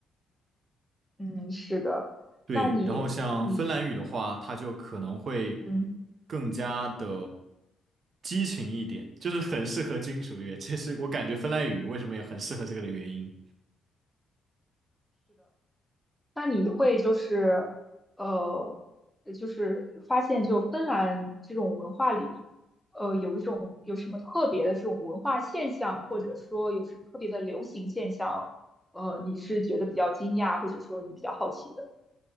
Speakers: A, in the centre; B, on the right.
A: 嗯，是的。
B: 对，
A: 那你你
B: 然后像芬兰语的话，它就可能会
A: 嗯，
B: 更加的激情一点，就是很适合金属乐。这是我感觉芬兰语为什么也很适合这个的原因。
A: 那你会就是呃，呃就是发现就芬兰这种文化里，呃，有一种有什么特别的这种文化现象，或者说有什么特别的流行现象，呃，你是觉得比较惊讶，或者说你比较好奇的？